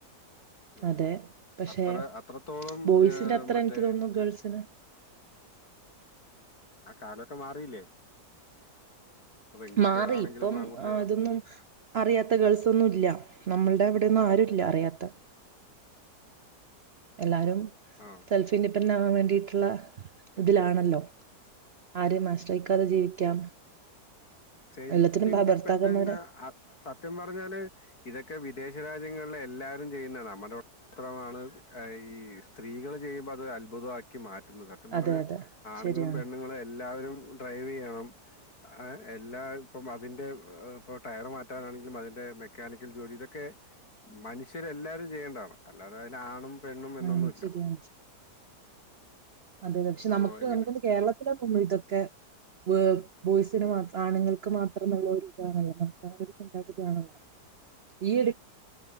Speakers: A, on the left; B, on the right.
A: ഏ
B: അതെ പക്ഷെ
A: അത്ര അത്രത്തോളം.
B: ബോയ്സിന്റെ
A: ഏഹ്
B: അത്ര
A: മറ്റേ
B: എനിക്ക് തോന്നുന്നു ഗേൾസിന്.
A: ആ കാലൊക്കെ മാറിയില്ലേ? പെൺകുട്ടികളാണെങ്കിലും
B: മാറി ഇപ്പം
A: ആൺകുട്ടികളാ
B: ആ ഇതൊന്നും. അറിയാത്ത ഗേൾസ് ഒന്നും ഇല്ല. നമ്മളുടെ ഇവിടെന്നും ആരുല്ല അറിയാത്ത. എല്ലാരും
A: ആഹ്
B: സെൽഫി ഇൻഡിപെൻറ് ആകാൻ വേണ്ടിട്ടുള്ള ഇതിലാണല്ലോ. ആരേം ആശ്രയിക്കാതെ ജീവിക്കാം.
A: സെൽഫ്
B: എല്ലാത്തിനും
A: ഇൻഡിപെൻഡന്റ്
B: ഭ- ഭർത്താക്കന്മാരെ
A: അത് സത്യം പറഞ്ഞാല്. ഇതൊക്കെ വിദേശ രാജ്യങ്ങള് എല്ലാരും ചെയ്യുന്ന നമ്മുടെ. മാത്രമാണ് അഈ സ്ത്രീകൾ ചെയ്യുമ്പോ അത് അത്ഭുതമാക്കി മാറ്റുന്നത്. എന്താ പറഞ്ഞാ
B: അതെ അതെ
A: ആണുങ്ങളും
B: ശരിയാണ്
A: പെണ്ണുങ്ങളും എല്ലാവരും ഡ്രൈവ് ചെയ്യണം എല്ലാ ഇപ്പം അതിന്റെ ഇപ്പൊ ടയർ മാറ്റാനാണെങ്കിലും അതിന്റെ മെക്കാനിക്കൽ ജോലി ഇതൊക്കെ. മനുഷ്യരെ എല്ലാവരും ചെയ്യേണ്ടതാണ്. അല്ലാതെ അതിന് ആണും പെണ്ണും എന്നൊന്നുമില്ല
B: ആഹ് ശെരിയാണ്. അതെ അതെ പക്ഷെ
A: അപ്പൊ
B: നമുക്ക്
A: എങ്ങനെ
B: നമുക്കൊന്ന് കേരളത്തിലാ തോന്ന്ണു ഇതൊക്കെ. വ് ബോയ്സിന് മാ ആണുങ്ങൾക്ക് മാത്രംള്ള ഒരു ഇതാണല്ലോ, നമുക്ക് ഒരു ചിന്താഗതിയാണല്ലോ. ഈ യിടെ